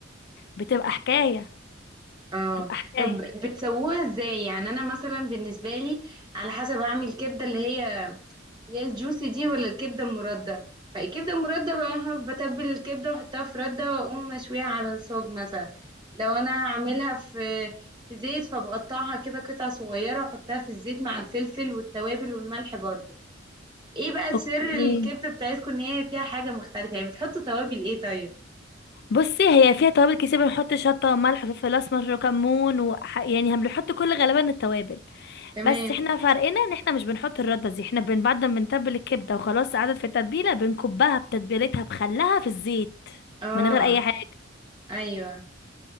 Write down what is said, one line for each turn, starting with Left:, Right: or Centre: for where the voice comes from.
Left: بتبقى حكايه
Right: اه
Left: تبقى حكايه
Right: طب بتسووها ازاي يعني انا مثلا بالنسبه لي على حسب اعمل كبده اللي هي اللي هي الجوسي دي ولا الكبده المرده فالكبده المرده بقى بتبل الكبده واحطها في رده واقوم مشويها على الصاج مثلا لو انا هعملها في في زيت فبقطعها كده قطع صغيره واحطها في الزيت مع الفلفل والتوابل والملح برضو ايه بقى سر
Left: اوكي
Right: الكبده بتاعتكم ان هي فيها حاجه مختلفه يعني بتحطوا توابل ايه طيب
Left: بصي هي فيها توابل كتير بنحط شطه وملح وفلفل اسمر وكمون وح... يعني هم بنحط كل غالبا التوابل
Right: تمام
Left: بس احنا فرقنا ان احنا مش بنحط الرده دي احنا بن... بعد ما بنتبل الكبده وخلاص قعدت في التتبيله بنكبها بتتبيلتها بخلها في الزيت
Right: اه
Left: من غير اي حاجه
Right: ايوه